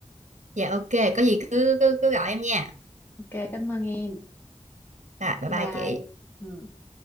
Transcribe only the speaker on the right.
dạ ok có gì cứ cứ, cứ gọi em nha
rồi bye
bye
chị